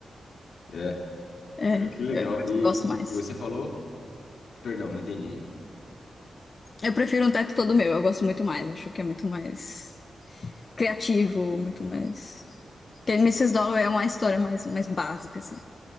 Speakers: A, on the left; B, on the left.
A: É,
B: É,
A: é, que legal. E,
B: gosto mais.
A: e você falou? Perdão, não entendi.
B: Eu prefiro um teto todo meu, eu gosto muito mais, acho que é muito mais criativo,
A: E,
B: muito mais. Porque Mrs. Dollar é uma história mais, mais básica, assim,